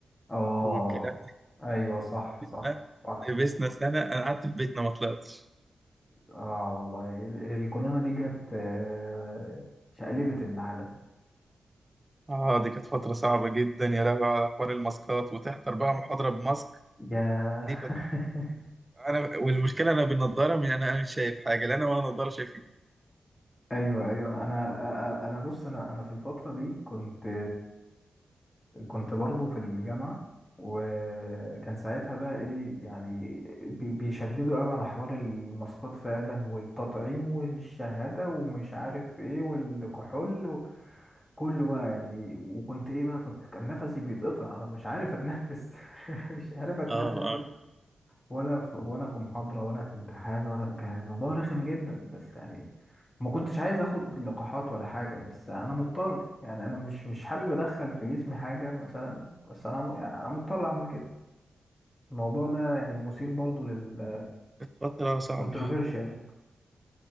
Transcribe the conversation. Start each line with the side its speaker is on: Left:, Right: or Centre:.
Left: اه
Right: والكلام ده
Left: ايوه صح صح
Right: لبسنا
Left: صح
Right: لبسنا سنة أنا قعدت في بيتنا ما طلعتش
Left: اه والله الكورونا دي جت آه، شقلبت العالم
Right: اه دي كانت فترة صعبة جدا يا لهوي على حوار الماسكات وتحضر بقى محاضرة بماسك
Left: يا
Right: دي
Left: <laughs>
Right: انا والمشكله انا بالنضاره من انا أنا مش شايف حاجه لا انا ولا نضاره شايفين
Left: ايوه ايوه انا انا انا بص انا انا في الفتره دي كنت كنت برضو في الجامعه وكان ساعتها بقى ايه يعني بي- بيشددوا قوي على حوار الماسكات فعلا والتطعيم والشهاده ومش عارف ايه والكحول وكله بقى يعني وكنت ايه بقى كنت كان نفسي بيتقطع انا مش عارف اتنفس <laughs> مش عارف اتنفس
Right: اه اه
Left: ولا في وانا في محاضرة ولا في امتحان ولا كان الموضوع رخم جدا بس يعني ما كنتش عايز اخد لقاحات ولا حاجة بس انا مضطر يعني انا مش مش حابب ادخل في جسمي حاجة مثلا بس انا م- يعني انا مضطر اعمل كده الموضوع ده يعني مثير برضو لل
Right: كانت فترة صعبة
Left: <laughs> controversial